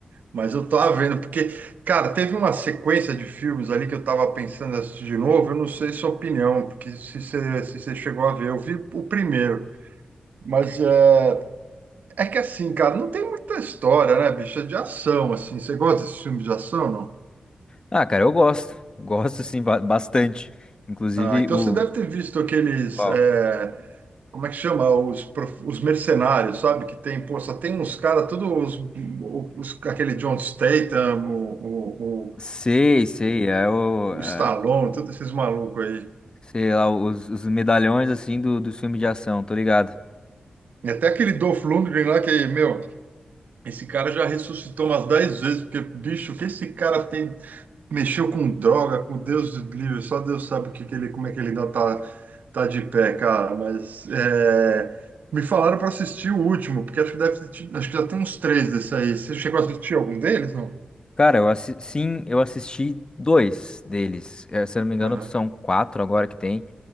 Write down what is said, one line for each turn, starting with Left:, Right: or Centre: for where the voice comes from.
Right: Mas eu tava vendo, porque, cara, teve uma sequência de filmes ali que eu tava pensando em assistir de novo. Eu não sei sua opinião, porque se você, se você chegou a ver, eu vi o primeiro. Mas é, é que assim, cara, não tem muita história, né, bicho? É de ação, assim. Você gosta desse filme de ação, não?
Left: ah, cara, eu gosto. Gosto sim ba- bastante. Inclusive
Right: Ah, então
Left: o
Right: você deve ter visto aqueles,
Left: Qual?
Right: é, como é que chama? Os, prof- os mercenários, sabe? Que tem, pô, só tem uns caras, todos os, os- aquele John Statham, o, o, o,
Left: Sei, sei, é o
Right: o
Left: é,
Right: Stallone, todos esses malucos aí.
Left: sei lá, os, os medalhões assim do, do filme de ação, tô ligado.
Right: E até aquele Dolph Lundgren lá que, meu, esse cara já ressuscitou umas 10 vezes, porque, bicho, o que esse cara tem Mexeu com droga, com Deus livre, só Deus sabe o que que ele, como é que ele ainda tá, tá de pé, cara. Mas é, me falaram para assistir o último, porque acho que deve ter tido, acho que já tem uns três desse aí. Você chegou a assistir algum deles, não?
Left: Cara, eu assi- sim, eu assisti dois deles. Eh, Se eu não me engano,
Right: Aham.
Left: são quatro agora que tem.